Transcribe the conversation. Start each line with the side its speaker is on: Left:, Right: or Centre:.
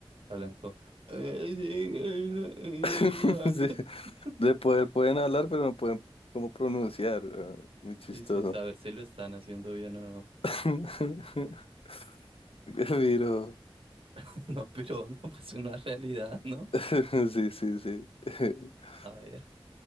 Right: a Blanco. <laughs>
Left: <laughs> Sí. De poder pueden hablar, pero no pueden como pronunciar. weón. Muy chistoso.
Right: Sí, sí, sí, saber si lo están haciendo bien o no.
Left: <laughs> Qué Viro.
Right: <laughs> No, pero no, pues una realidad, ¿no?
Left: <laughs> Sí, sí, sí. <laughs>
Right: A ver.